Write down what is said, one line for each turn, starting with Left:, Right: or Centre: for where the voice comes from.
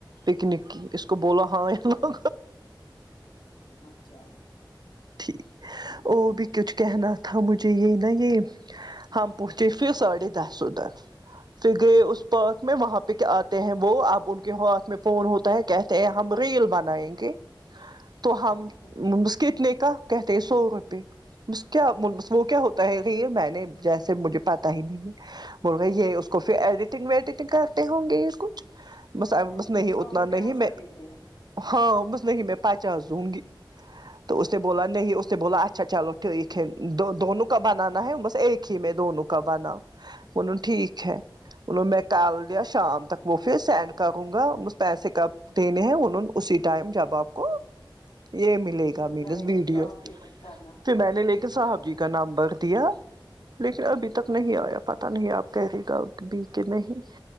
Right: پکنک کی اس کو بولو ہاں لو
Left: اچھا اچھا
Right: ٹھیک
Left: ٹھیک
Right: او
Left: ہے
Right: بھی کچھ کہنا تھا مجھے یہ نہ یہ پونچے پھر ساڑے دہ سو تر پھر گئے اس پارک میں وہاں پہ آتے ہیں وہ اب ان کے ہاتھ میں فون ہوتا ہے کہتے ہیں ہم ریل بنائیں گے تو ہم
Left: اچھا
Right: اس کتنے کا کہتے ہیں سو روپے کیا وہ کیا ہوتا ہے ریل میں نے جیسے مجھے پتا ہی نہیں بولرہے یہ اس کو پھر ایڈیٹنگ ویڈیٹنگ کرتے ہوں گے یہ کچھ بس
Left: ہوں
Right: بس نہیں اتنا
Left: سو روپیہ
Right: نہیں
Left: اس کا
Right: میں
Left: لیتے ہیں
Right: ہاں بس نہیں میں پچاس دوں گی تو اس نے بولا نہیں اس نے بولا اچھا چلو ٹھیک ہے دو دونوں کا بنانا ہے بس ایک کے میں دونوں کابناؤ انونے ٹھیک ہے بولو میں کل یا شام تک وہ پھر سینڈ کروں گا اس پیسے کا دینے ہیں انہوں اسی ٹائم جب آپ کو یہ ملے
Left: مل
Right: گا ملز
Left: جائے
Right: ویڈیو
Left: گی تو آپ پیمنٹ کرنا
Right: پھر میں نے لے کے صاحب جی کا نام بکھ دیا لیکن ابھی تک نہیں آیا پتا نہیں آپ کہہ دے گا بھی کہ نہیں